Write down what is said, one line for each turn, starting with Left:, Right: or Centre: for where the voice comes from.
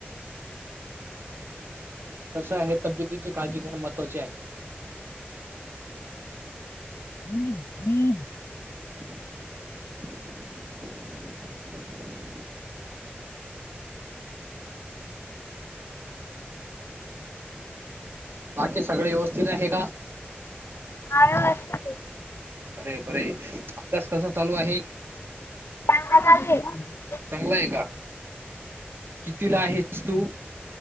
Right: कसं आहे तब्येतीची काळजी घेणं महत्त्वाची आहे.
Left: हम्म हम्म.
Right: <unintelligible> बाकी सगळे व्यवस्थित आहे का?
Left: आहे <unintelligible>
Right: बरे बरे अभ्यास कसा चालू आहे?
Left: चांगला चालू ये.
Right: चांगला आहे का, कितवीला आहेस तू?